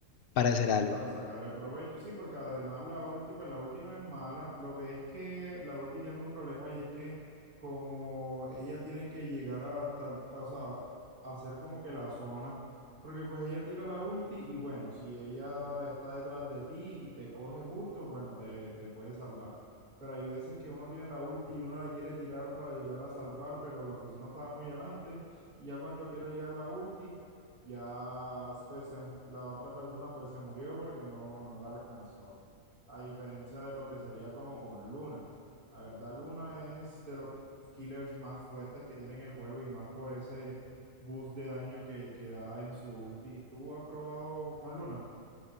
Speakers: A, on the left; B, on the right.
A: para hacer algo.
B: Para sacarle provecho, sí, porque además la ulti, pues la ulti no es mala, lo que es que la ulti tiene un problema y es que como ella tiene que llegar hasta, el- o sea, hacer como que la zona, porque pues ella tira la ulti y bueno, si ella está detrás de ti y te coge justo, bueno, te, te puede salvar. Pero hay veces que uno tiene la ulti y uno la quiere tirar para llegar a salvar, pero la persona estaba muy adelante y ya cuando quiera llegar la ulti ya, pues se- la otra persona pues se murió porque no, no la alcanzó. A diferencia de lo que sería como con Luna. La verdad, Luna es de los killers más fuertes que tiene en el juego y más por ese boost de daño que, que da en su ulti. ¿Tú has probado con Luna?